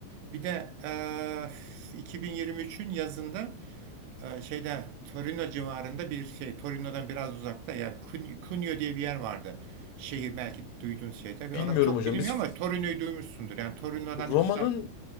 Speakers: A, on the right; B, on the left.
A: Bir de eee, 2023'ün yazında eee, şeyde Torino civarında bir şey Torino'dan biraz uzakta yani Cun- Cuneo diye bir yer vardı. Şehir belki duyduğun şeyde. Ve
B: Bilmiyorum
A: Orası çok
B: hocam.
A: bilinmiyor
B: Biz
A: ama Torino'yu duymuşsundur. Yani Torino'dan
B: Roma'nın
A: 2 saat.